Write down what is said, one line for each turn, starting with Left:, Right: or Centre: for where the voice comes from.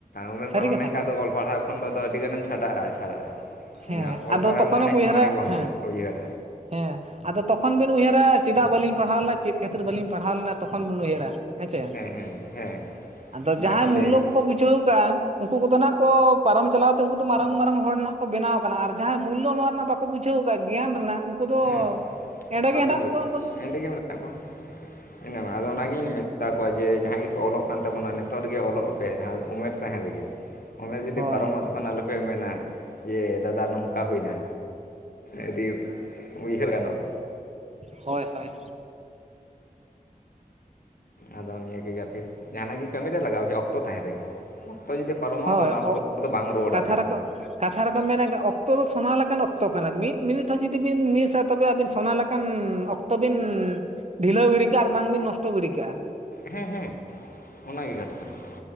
Left: ᱩᱢᱮᱨ
Right: ᱥᱟᱹᱨᱤ
Left: ᱯᱟᱨᱚᱢ
Right: ᱠᱟᱛᱷᱟ
Left: ᱞᱮᱱᱠᱷᱟᱡ
Right: ᱜᱮ
Left: ᱟᱫᱚ ᱚᱞ ᱯᱟᱲᱦᱟᱣ ᱠᱷᱚᱱ ᱫᱚ ᱟᱹᱰᱤ ᱜᱟᱱᱮᱢ ᱪᱷᱟᱰᱟᱜᱼᱟ ᱪᱷᱟᱰᱟᱜᱼᱟ
Right: ᱦᱮᱸ
Left: ᱚᱞ
Right: ᱟᱫᱚ
Left: ᱯᱟᱲᱦᱟᱣ
Right: ᱛᱚᱠᱷᱚᱱᱮᱢ
Left: ᱢᱚᱱᱮ
Right: ᱩᱭᱦᱟᱹᱨᱟ
Left: ᱢᱚᱱᱮ ᱜᱮ ᱵᱟᱝ
Right: ᱦᱮᱸ
Left: ᱦᱤᱡᱩᱜᱼᱟ ᱩᱭᱦᱟᱹᱨ
Right: ᱦᱮᱸ ᱟᱫᱚ ᱛᱚᱠᱷᱚᱱ ᱵᱮᱱ ᱩᱭᱦᱟᱹᱨᱟ ᱪᱮᱫᱟᱜ ᱵᱟᱹᱞᱤᱧ ᱯᱟᱲᱦᱟᱣ ᱞᱮᱱᱟ ᱪᱮᱫ ᱠᱷᱟᱹᱛᱤᱨ ᱵᱟᱹᱞᱤᱧ ᱯᱟᱲᱦᱟᱣ ᱞᱮᱱᱟ ᱛᱚᱠᱷᱚᱱ ᱵᱤᱱ ᱩᱭᱦᱟᱹᱨᱟ ᱦᱮᱸ ᱪᱮ
Left: ᱦᱮᱸ ᱦᱮᱸ
Right: ᱟᱫᱚ
Left: ᱚᱱᱟᱜᱤᱧ
Right: ᱡᱟᱦᱟᱸᱭ ᱢᱩᱞᱞᱚ
Left: ᱞᱟᱹᱭᱟ
Right: ᱠᱚᱠᱚ ᱵᱩᱡᱷᱟᱹᱣ ᱟᱠᱟᱜᱼᱟ ᱩᱱᱠᱩ ᱠᱚᱫᱚ ᱱᱟᱦᱟᱜ ᱠᱚ ᱯᱟᱨᱚᱢ ᱪᱟᱞᱟᱣᱛᱮ ᱩᱱᱠᱩ ᱫᱚ ᱢᱟᱨᱟᱝ ᱢᱟᱨᱟᱝ ᱦᱚᱲ ᱱᱟᱦᱟᱜ ᱠᱚ ᱵᱮᱱᱟᱣ ᱟᱠᱟᱱᱟ ᱟᱨ ᱡᱟᱦᱟᱸᱭ ᱢᱩᱞᱞᱚ ᱱᱚᱣᱟ ᱨᱮᱱᱟᱜ ᱵᱟᱠ..... ᱠᱚ ᱵᱩᱡᱷᱟᱹᱣ ᱟᱠᱟᱫ ᱜᱮᱭᱟᱱ ᱨᱮᱱᱟᱜ, ᱩᱱᱠᱩ ᱫᱚ
Left: ᱦᱮᱸ
Right: ᱮᱸᱰᱮ
Left: ᱵᱟᱠᱚ
Right: ᱜᱮ ᱦᱮᱱᱟᱜ
Left: ᱵᱩᱡᱽ
Right: ᱠᱚᱣᱟ ᱩᱱᱠᱩ ᱫᱚ
Left: <unintelligible> ᱦᱮᱱᱟᱢᱟ, ᱟᱫᱚ ᱚᱱᱟᱜᱤᱧ ᱢᱮᱛᱟ ᱠᱚᱣᱟ ᱡᱮ ᱡᱟᱦᱟᱸᱭ ᱜᱤ ᱯᱮ ᱚᱞᱚᱜ ᱠᱟᱱ ᱛᱟᱵᱚᱱᱟ ᱱᱤᱛᱚᱜ ᱨᱮᱜᱮ ᱚᱞᱚᱜ ᱯᱮ ᱡᱟᱦᱟᱸ ᱩᱢᱮᱨ ᱛᱟᱦᱮᱸ ᱨᱮᱜᱮ
Right: <inaudible>
Left: ᱩᱢᱮᱨ ᱡᱩᱫᱤ
Right: ᱦᱳᱭ
Left: ᱯᱟᱨᱚᱢᱚᱜᱼᱟ ᱛᱚᱠᱷᱚᱱ ᱟᱞᱚᱯᱮ ᱢᱮᱱᱟ ᱡᱮ ᱫᱟᱫᱟ ᱱᱚᱝᱠᱟ ᱦᱩᱭᱱᱟ ᱟᱹᱰᱤ ᱩᱭᱦᱟᱹᱨ ᱜᱟᱱᱚᱜᱼᱟ
Right: ᱦᱚᱭ ᱦᱚᱭ
Left: ᱟᱫᱚ ᱱᱤᱭᱟᱹ ᱜᱮ ᱡᱟᱦᱟᱸ ᱱᱟᱜ ᱜᱮ ᱠᱟᱹᱢᱤ ᱨᱮ ᱞᱟᱜᱟᱣ ᱦᱩᱭᱩᱜ-ᱟ ᱚᱠᱛᱚ ᱛᱟᱦᱮᱸ ᱨᱮᱜᱮ ᱚᱠᱛᱚ ᱡᱩᱫᱤ ᱯᱟᱨᱚᱢᱚᱜ-ᱟ
Right: ᱦᱳᱭ
Left: ᱟᱫᱚ ᱚᱱᱟ ᱚᱠᱛᱚ ᱫᱚ ᱵᱟᱝ ᱨᱩᱣᱟᱹᱲᱟ
Right: ᱠᱟᱛᱷᱟ
Left: ᱛᱤᱥ
Right: ᱨᱮᱠᱚ
Left: ᱦᱚᱸ ᱾
Right: ᱠᱟᱛᱷᱟ ᱨᱮᱠᱚ ᱢᱮᱱᱟ ᱚᱠᱛᱚ ᱫᱚ ᱥᱚᱱᱟ ᱞᱮᱠᱟᱱ ᱚᱠᱛᱚ ᱠᱟᱱᱟ ᱢᱤᱫ ᱢᱤᱱᱤᱴ ᱦᱚᱸ ᱡᱩᱫᱤ ᱵᱤᱱ ᱢᱤᱥᱟᱼᱼ ᱛᱚᱵᱮ ᱟᱹᱵᱤᱱ ᱥᱚᱱᱟ ᱞᱮᱠᱟᱱ ᱚᱠᱛᱚ ᱵᱤᱱ ᱰᱷᱤᱞᱟᱹᱣ ᱜᱤᱰᱤ ᱠᱟᱜ-ᱟ ᱟᱨ ᱵᱟᱝ ᱵᱤᱱ ᱱᱚᱥᱴᱚ ᱜᱤᱰᱤ ᱠᱟᱜ-ᱟ
Left: ᱦᱮᱸ ᱦᱮᱸ ᱚᱱᱟ ᱜᱮ ᱠᱟᱛᱷᱟ ᱾